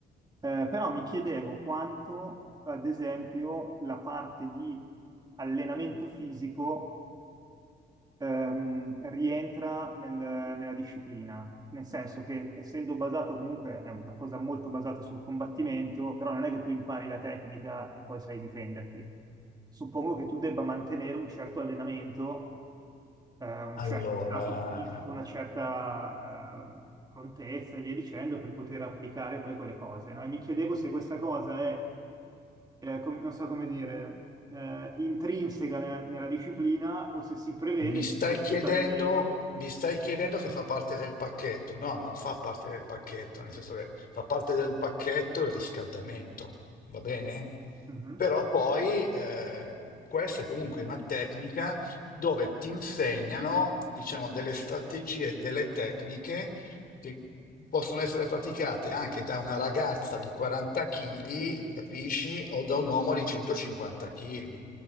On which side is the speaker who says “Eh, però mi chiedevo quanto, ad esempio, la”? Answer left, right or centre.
Right